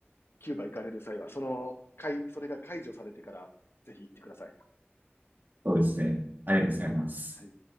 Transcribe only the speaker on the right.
そうですね。ありがとうございます。